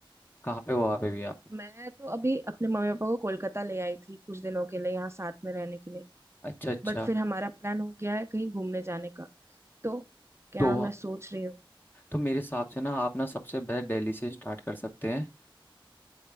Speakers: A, on the left; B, on the right.
A: कहाँ पे हो आप अभी आप
B: मैं तो अभी अपने मम्मी पापा को कोलकाता ले आई थी कुछ दिनों के लिए यहाँ साथ में रहने के लिए
A: अच्छा अच्छा
B: बट फिर हमारा प्लान हो गया है कहीं घूमने जाने का तो क्या
A: तो
B: मैं सोच रही हूँ
A: तो मेरे हिसाब से ना आप ना सबसे बेस्ट दिल्ली से स्टार्ट कर सकते हैं